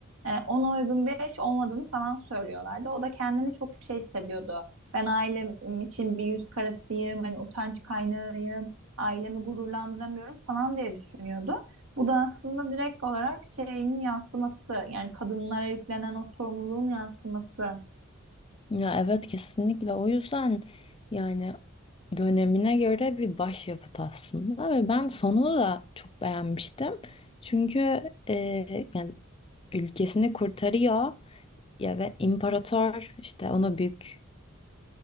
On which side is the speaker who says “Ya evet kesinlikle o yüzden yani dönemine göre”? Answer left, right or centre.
Left